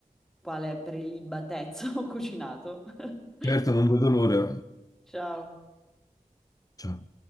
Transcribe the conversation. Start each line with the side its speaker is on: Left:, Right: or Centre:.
Centre: quale prelibatezza <laughs> ho cucinato. <laughs>
Left: Certo, non vedo l'ora.
Centre: Ciao.
Left: Ciao.